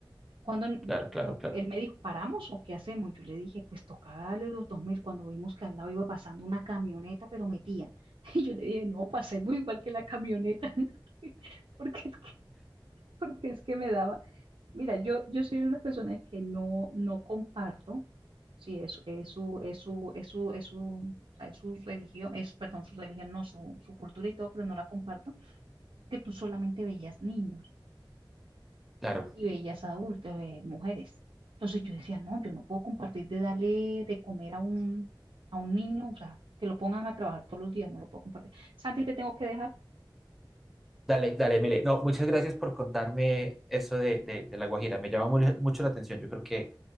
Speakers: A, on the right; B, in the centre.
A: Cuando él
B: claro, claro, claro,
A: me dijo, ¿paramos o qué hacemos? Yo le dije, pues tocaba darle los 2000. cuando vimos que al lado iba pasando una camioneta, pero metía. <laughs> Y yo le dije, no, pasemos igual que la camioneta, <laughs> porque es que, porque es que me daba. Mira, yo, yo soy una de las personas que no, no comparto, sí, es, es su, es su, es su, es su, o sea, es su religión, es, perdón, su religión, no, su, su cultura y todo, pero no la comparto, que tú solamente veías niños
B: claro.
A: y bellas adultas, eh, mujeres. Entonces yo decía, no, yo no puedo compartir de darle de comer a un, a un niño, o sea, que lo pongan a trabajar todos los días, no lo puedo compartir. Santi, te tengo que dejar.
B: Dale, dale, Emile. No, muchas gracias por contarme eso de, de, de La Guajira. Me llama mu- mucho la atención. Yo creo que,